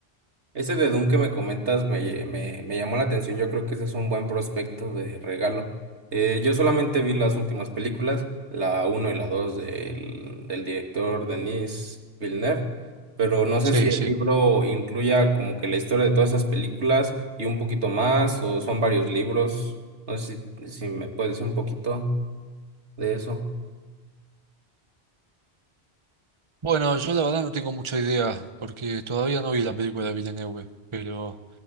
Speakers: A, on the right; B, on the right.
A: Ese de Doom que me comentas me, me, me llamó la atención. Yo creo que ese es un buen prospecto de regalo. Eh, yo solamente vi las últimas películas, la uno y la 2 del, del director Denis Villeneuve, pero no sé
B: Sí,
A: si el
B: sí.
A: libro incluya como que la historia de todas esas películas y un poquito más, o son varios libros. No sé si, si me puedes decir un poquito de eso.
B: Bueno, yo la verdad no tengo mucha idea, porque todavía no vi la película de Villeneuve, pero